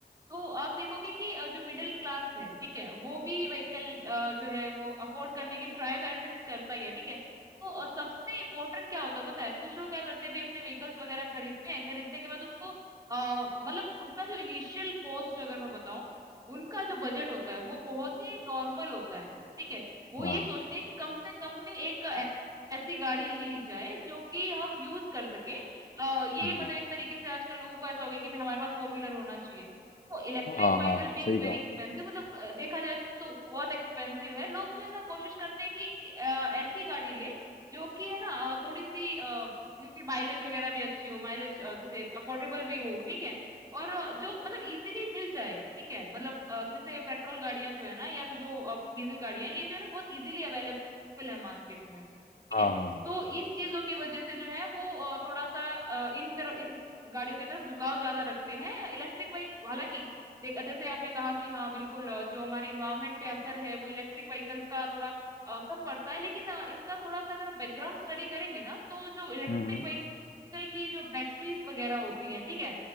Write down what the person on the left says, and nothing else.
हाँ
जी
हाँ हाँ
हाँ,
सही
कहा
हाँ
हाँ हाँ।
हम्म